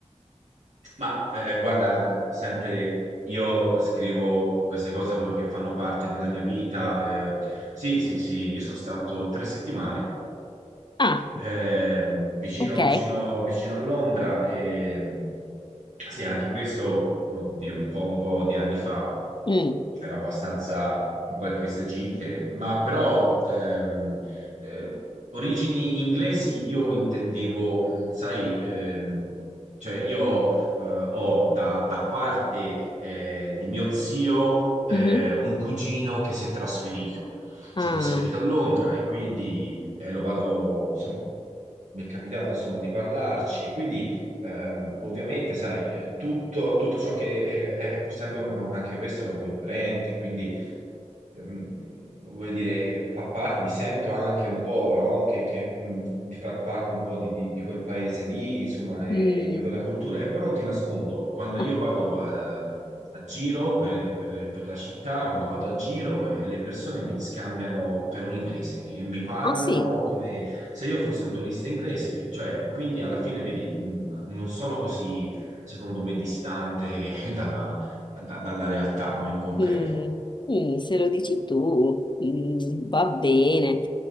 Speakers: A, on the right; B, on the left.
A: Ma eh, guarda, eh, sempre io scrivo queste cose proprio che fanno parte della mia vita. eh. Sì, sì, sì, io sono stato tre settimane
B: Ah,
A: ehm, vicino,
B: ok.
A: vicino, vicino a Londra e sì, anche questo, oddio, un po', un po' di anni fa
B: Mm,
A: ero abbastanza in que- queste gite, ma però ehm, eh, origini inglesi io intendevo, mh, sai, ehm, cioè io eh, ho da, da parte eh, di mio zio eh,
B: mhm.
A: un cugino che si è trasferito. Si
B: Ah,
A: è trasferito a Londra e quindi eh, lo vado, insomma, mi è capitato insomma di parlarci e quindi ehm, ovviamente, sai, eh, tutto, tutto ciò che è, è pur sempre un- anche questo è un mio parente, quindi ehm, voglio dire, fa parte, mi sento anche un po', no? che, che, mh, di far parte un po' di, di- di quel paese lì, insomma, e,
B: mm.
A: e di quella cultura. E poi non ti nascondo, quando
B: Ah,
A: io vado a, a giro per, per- per la città, quando vado a giro, eh, le persone mi scambiano per un inglese e mi parlano
B: ah, sì.
A: come se io fossi un turista inglese, cioè, quindi alla fine, vedi, mh, non sono così, secondo me, distante <laughs> dalla, da- dalla realtà, no? In concreto.
B: Mm, mm, se lo dici tu, mm, va bene,